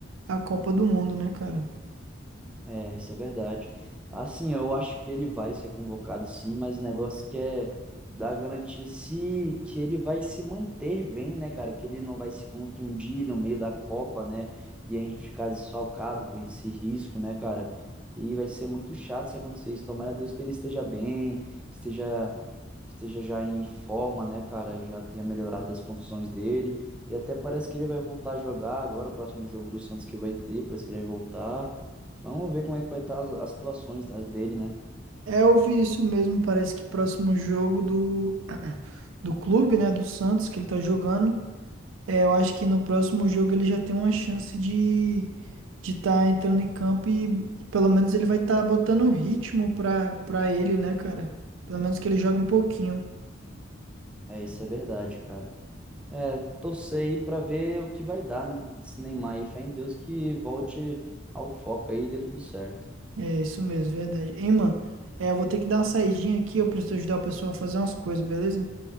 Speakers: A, on the right; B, in the centre.
A: a Copa do Mundo, né, cara?
B: É, isso é verdade. Assim, eu acho que ele vai ser convocado sim, mas o negócio que é dar garantia se que ele vai se manter bem, né, cara? Que ele não vai se contundir no meio da Copa, né? E a gente ficar desfalcado com esse risco, né, cara? E vai ser muito chato se acontecer isso. Tomara a Deus que ele esteja bem, esteja esteja já em forma, né, cara? Já tenha melhorado das contusões dele. E até parece que ele vai voltar a jogar agora, o próximo jogo do Santos que vai ter, parece que ele vai voltar. Vamos ver como é que vai estar as, as situações da- dele, né?
A: É, eu vi isso mesmo, parece que próximo jogo do, do clube, né, do Santos, que ele tá jogando, É, eu acho que no próximo jogo ele já tem uma chance de de estar entrando em campo e pelo menos ele vai estar botando ritmo pra, pra ele, né, cara? Pelo menos que ele joga um pouquinho.
B: É, isso é verdade, cara. É, torcer aí pra ver o que vai dar desse Neymar aí. Fé em Deus que volte ao foco aí e dê tudo certo.
A: É isso mesmo, verdade. Hein, mano? É, eu vou ter que dar uma saidinha aqui, eu preciso ajudar o pessoal a fazer umas coisas, beleza?